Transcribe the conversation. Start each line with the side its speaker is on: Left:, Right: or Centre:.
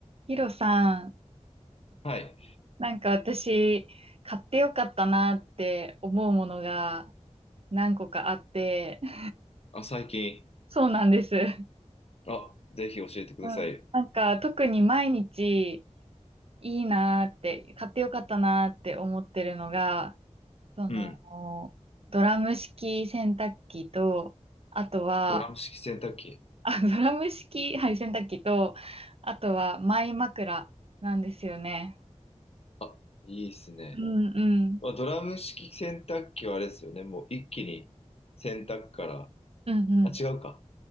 Right: ヒロさん、
Left: はい。
Right: なんか私、買ってよかったなって思うものが何個かあって、<laughs>
Left: あ、最近。
Right: そうなんです。う
Left: あ、ぜひ教えてください。
Right: んなんか特に毎日いいなって、買ってよかったなって思ってるのが、その、
Left: うん。
Right: ドラム式洗濯機と、あとは、
Left: ドラム式洗濯機。
Right: あ、ドラム式、はい、洗濯機と、あとはマイ枕なんですよね。
Left: あ、いいですね。
Right: うんうん。
Left: まあ、ドラム式洗濯機はあれですよね。もう一気に洗濯から。
Right: うんうん。
Left: あ、違うか。